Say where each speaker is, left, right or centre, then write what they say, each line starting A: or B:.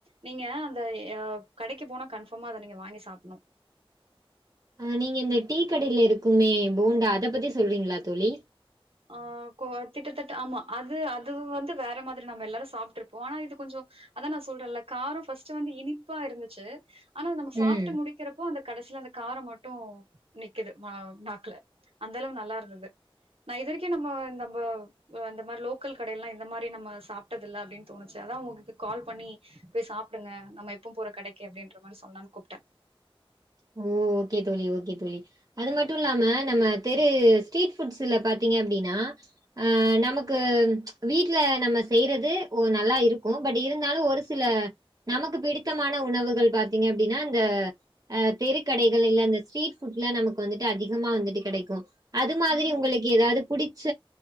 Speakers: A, on the right; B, on the right.
A: நீங்க அந்த யா கடக்கிப் போனா கன்ஃபாமா அத நீங்க வாங்கி சாப்புண்ணு
B: ஆ நீங்க இந்த டீ கடைல இருக்குமே போண்டா அதப் பத்தி சொல்றீங்ளா தோழி
A: ஆ கொ கிட்டத்தட்ட ஆமா அது அது வந்து வேற மாதிரி நம்ம எல்லாரு சாப்ட்ருப்போ ஆனா இது கொஞ்சொ அதா நா சொல்றன்ல காரொ ஃபஸ்ட்டு வந்து இனிப்பா இருந்துச்சு ஆனா நம்ம சாப்ட்டு
B: ம்
A: முடிக்கெறப்போ அந்தக் கடசீல அந்த காரம் மட்டு நிக்கிது மா நாக்ல அந்தளவு நல்லா இருந்துது நா இது வரைக்கு நம்ம நம்பொ வ இந்த மாரி லோக்கல் கடையெல்லா இந்த மாரி நம்ம சாப்ட்டதில்ல அப்டின் தோணுச்சி அதா உங் ங்கக்கு கால் பண்ணி பொய் சாப்டுங்க நம்ம எப்பவ்ம் போற கடக்கி அப்டின்ற மாரி சொல்லான் கூப்ட்ட
B: <inaudible> ஓ ஓகே தோழி ஓகே தோழி அது மட்டு இல்லாம நம்ம தெரு ஸ்ட்ரீட் ஃபுட்ஸுல பாத்தீ ங்க அப்டின்னா ஆ நமக்கு வீட்ல நம்ம செய்றது ஒ நல்லா இருக்கு பட் இருந்தாலு ஒரு சில நமக்கு பிடித்தமான உணவுகள் பாத்தீங்க அப்டின்னா இந்த அ தெருக்கடைகள் இல்ல அந்த ஸ்ட்ரீட் ஃபுட்லா நமக்கு வந்துட்டு அதிகமா வந்துட்டு கெடைக்கு அது மாதிரி
A: ம்
B: உங்களுக்கு எதாவ்து புடிச்ச